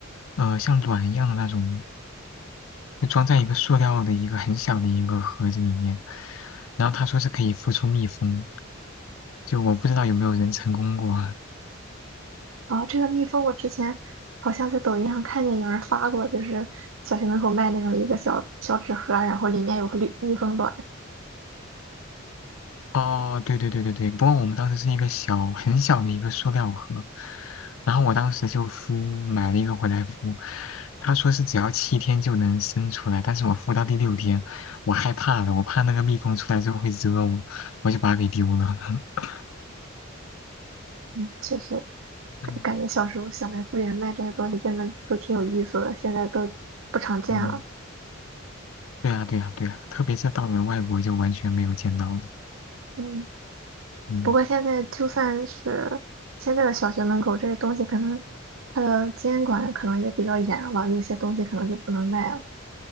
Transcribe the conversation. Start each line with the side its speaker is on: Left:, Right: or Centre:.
Left: 呃，像卵一样的那种就装在一个塑料的一个很小的一个盒子里面，然后他说是可以孵出蜜蜂，就我不知道有没有人成功过。
Right: 哦，这个蜜蜂我之前好像在抖音上看见有人发过，就是小学门口卖那种一个小小纸盒儿然后里面有个绿蜜蜂卵。
Left: 哦，对对对对对，不过我们当时是一个小很小的一个塑料盒，然后我当时就孵买了一个回来孵，他说是只要七天就能生出来，但是我孵到第六天，我害怕了，我怕那个蜜蜂出来之后会蛰我，我就把它给丢了。<laughs>
Right: 嗯，确实
Left: 嗯
Right: 感觉小时候小卖部里面卖这些东西真的都挺有意思的，现在都不常见了。
Left: 嗯，对啊对啊对啊，特别是到了外国就完全没有见到了。
Right: 嗯，
Left: 嗯
Right: 不过现在就算是现在的小学门口这些东西，可能它的监管可能也比较严了，有些东西可能就不能卖了。